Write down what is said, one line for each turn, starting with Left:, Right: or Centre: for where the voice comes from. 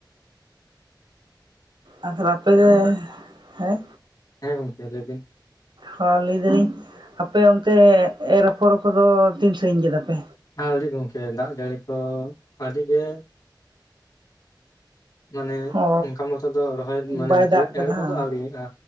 Right: ᱮᱱᱠᱷᱟᱱ ᱟᱯᱮ ᱜᱮ ᱦᱮᱸ
Left: ᱦᱮᱸ ᱜᱚᱝᱠᱮ ᱞᱟᱹᱭ ᱵᱤᱱ
Right: ᱦᱚᱸ ᱞᱟᱹᱭ ᱫᱟᱞᱤᱧ ᱟᱯᱮ ᱚᱱᱛᱮ ᱮᱨ ᱟᱯᱷᱚᱨ ᱠᱚᱫᱚ ᱛᱤᱱ ᱥᱟᱸᱜᱤᱧ ᱠᱮᱫᱟ ᱯᱮ?
Left: ᱟᱣᱨᱤ ᱜᱚᱝᱠᱮ ᱫᱟᱜ ᱡᱟᱹᱲᱤ ᱠᱚ ᱟᱹᱰᱤ ᱜᱮ ᱢᱟᱱᱮ
Right: ᱚ
Left: ᱚᱱᱠᱟ ᱢᱚᱛᱚ ᱫᱚ ᱨᱚᱦᱚᱭ ᱢᱟᱱᱮ
Right: ᱵᱟᱭ ᱫᱟᱜ
Left: ᱡᱮᱣᱮᱫ
Right: ᱠᱟᱫᱟ
Left: ᱮᱨ ᱠᱚᱫᱚ ᱟᱹᱣᱨᱤᱭᱟᱜᱼᱟ।